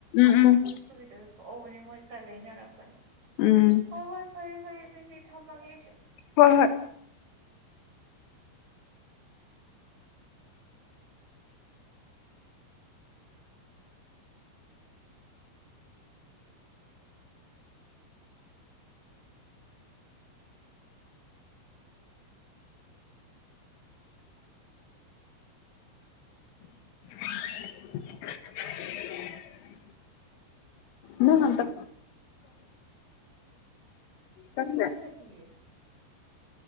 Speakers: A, on the left; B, on the right.
A: ꯎꯝ ꯎꯝ
B: ꯑꯗꯨꯒꯤꯗ ꯊꯣꯛꯍꯧꯕꯅꯦ ꯃꯣꯏ ꯈꯔ ꯂꯩꯅꯔꯛꯄꯅꯦ
A: ꯎꯝ
B: ꯍ ꯍꯣꯏ ꯐꯔꯦ ꯐꯔꯦ ꯑꯗꯨꯗꯤ ꯊꯃꯒꯤꯁ
A: ꯍꯣꯏ ꯍꯣꯏ <inaudible> ꯅ ꯉꯇ
B: ꯇ
A: ꯀꯛꯄ꯭ꯔꯥ
B: ꯑꯇꯑ